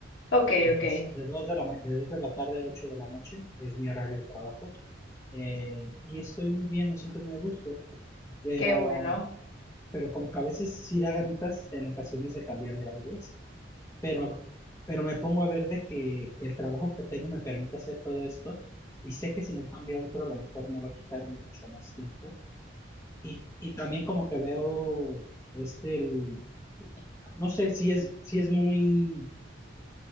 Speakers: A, on the left; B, on the left.
A: Ok,
B: De
A: ok.
B: dos, de dos de la, ma- de dos de la tarde a 8 de la noche es mi horario de trabajo. Eh, y estoy muy bien, me siento muy a gusto, pero,
A: Qué bueno.
B: pero como que a veces sí da ganitas en ocasiones de cambiar de aires, pero, pero me pongo a ver de que el trabajo que tengo me permite hacer todo esto y sé que si me cambio a otro a lo mejor me va a quitar mucho más tiempo. Y, y también como que veo este, el, no sé si es, si es muy...